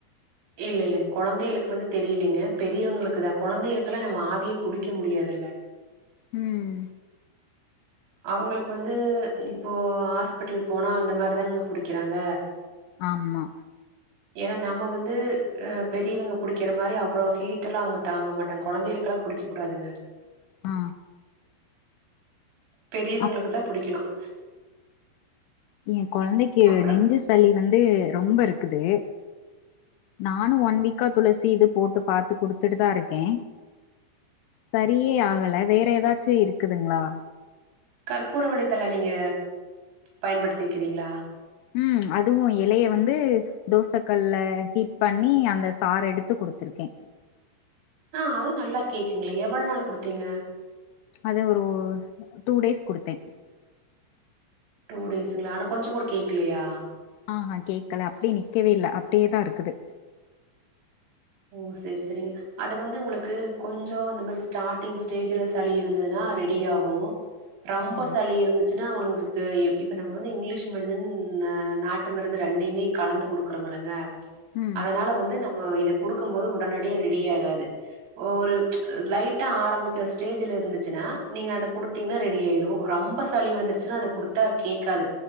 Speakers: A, on the right; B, on the left.
A: இல்ல இல்ல கொழந்தைகளுக்கு வந்து தெரியலைங்க பெரியவங்களுக்கு தா கொழந்தைகளுக் கெல்லாம் நம்ம ஆவியே புடிக்க முடியாதுல்ல
B: உம்
A: அவுங்களுக்கு வந்து இப்போ ஹாஸ்பிட்டல் போனா அந்த மாரிதானங்க பிடிக்கிறாங்க
B: ஆமா
A: ஏன்னா நம்ம வந்து பெரியவங்க பிடிக்கிற மாரி அவ்வளோ ஹீட் எல்லா அவுங்க தாங்க மாட்டாங்க கொழந்தைகளுக்கெல்லாம் பிடிக்கும் கூடாதுங்க
B: ஆ
A: பெரியவங்களுக்கு
B: அப்
A: தா புடிக்கணும்
B: எ கொழந்தைக்கு
A: அப்புறம்
B: நெஞ்சு சளி வந்து ரொம்ப இருக்குது நானும் ஒன் வீக்கா துளசி இது போட்டு பாத்து குடுத்துட்டுதா இருக்கே சரியே ஆகல வேற ஏதாச்சும் இருக்குதுங்களா
A: கற்பூர வழித்தல நீங்க பயன்படுத்திக்கிறீங்களா
B: உம் அதுவும் இலைய வந்து தோசை கல்ல ஹீட் பண்ணி அந்த சார் எடுத்து குடுத்துருக்கே
A: ஆ அது நல்லா கேக்குங்ளே எவ்ளவு நாள் குடுத்தீங்க
B: அது ஒரு டூ டேஸ் குடுத்தே
A: டூ டேஸ்ங்ளா ஆனா கொஞ்சோ கூட கேக்கலயா
B: ஆஹா கேக்கல அப்டி நிக்கவே இல்லைன அப்டியே தா இருக்குது
A: ஓ சரி சரிங்க அத வந்து உங்களுக்கு கொஞ்சொ அந்த மாரி ஸ்டார்ட்டிங் ஸ்டேஜுல சளி இருந்ததுன்னா ரெடி ஆகு ரொம்ப சளி
B: ம்
A: இருந்துச்சு இது நா அவுங்களுக்கு இப்ப நம்ம வந்து இங்கிலீஷ் மெடிசன் ஆ நாட்டு மருந்து ரெண்டைமே கலந்து குடுக்றம்லங்க
B: ம்
A: அதனால வந்து நம்ம இத குடுக்கம்போது உடனடியா ரெடியாகாது ஒரு லைட்டா ஆரம்பிக்கிற ஸ்டேஜுல இருந்துச்சுன்னா நீங்க அத குடு த்தீங்னா ரெடி ஆய்ரு ரொம்ப சளி வந்துருச்சுன்னா அத குடுத்தா கேக்காது